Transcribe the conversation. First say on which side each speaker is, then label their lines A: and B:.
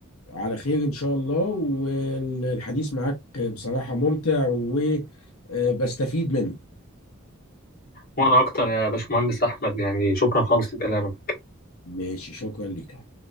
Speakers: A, on the left; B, on the left.
A: على خير إن شاء الله والحديث معاك بصراحة ممتع وبستفيد منه
B: وانا اكتر يا باشمهندس احمد يعني شكرا خالص لكلامك
A: ماشي شكرا ليك